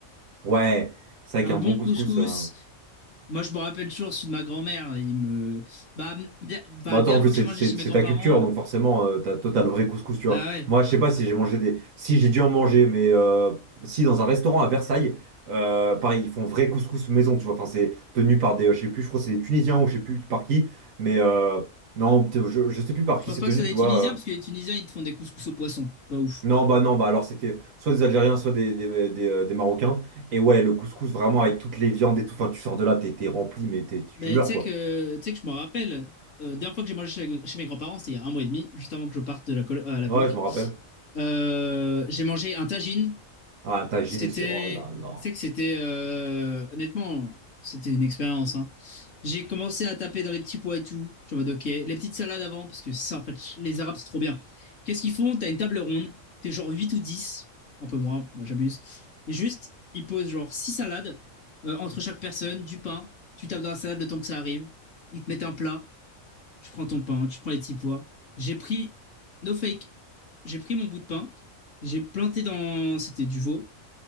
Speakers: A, on the right; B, on the left.
A: Ouais, c'est vrai
B: Un
A: qu'un
B: bon
A: bon couscous.
B: couscous.
A: euh,
B: Moi, je me rappelle toujours celui de ma grand-mère. Il me. Bah, de- bah,
A: Bah
B: la dernière
A: toi en plus
B: fois
A: c'est
B: que j'ai mangé
A: c'est-
B: chez
A: c'est
B: mes grands-parents.
A: ta culture donc forcément euh, t'as total vrai couscous tu vois.
B: Ah ouais.
A: Moi je sais pas si j'ai mangé des, si j'ai dû en manger mais euh, si dans un restaurant à Versailles, euh, pareil ils font vrai couscous maison tu vois. Enfin c'est tenu par des, euh, je sais plus, je crois que c'est des Tunisiens ou je sais plus par qui, mais euh, non peut je, je sais plus par
B: Je
A: qui
B: pense
A: c'est
B: pas
A: tenu
B: que ce soit
A: tu
B: des
A: vois.
B: Tunisiens,
A: euh.
B: parce que les Tunisiens, ils te font des couscous au poisson. Pas ouf.
A: Non bah non bah alors c'était soit des Algériens soit des des, des, euh, des Marocains et ouais le couscous vraiment avec toutes les viandes et tout. Enfin tu sors de là t'es t'es rempli mais t'es- tu
B: Mais
A: meurs
B: tu sais
A: quoi.
B: que, tu sais que je me rappelle. Euh, dernière fois que j'ai mangé chez, chez mes grands-parents, c'était il y a un mois et demi, juste avant que je parte de la colo- à la
A: Ouais
B: coloc.
A: je me rappelle.
B: Euh, j'ai mangé un tagine
A: Ah, tagine
B: C'était,
A: aussi. Oh là là.
B: c'est que c'était, euh, honnêtement, c'était une expérience, hein. J'ai commencé à taper dans les petits pois et tout. Je suis en mode, ok, les petites salades avant, parce que ça, en fait, les Arabes, c'est trop bien. Qu'est-ce qu'ils font? T'as une table ronde, t'es genre huit ou dix un peu moins, moi j'abuse. Et juste, ils posent genre 6 salades euh, entre chaque personne, du pain. Tu tapes dans la salade le temps que ça arrive. Ils te mettent un plat, tu prends ton pain, tu prends les petits pois. J'ai pris, no fake, j'ai pris mon bout de pain, j'ai planté dans, c'était du veau.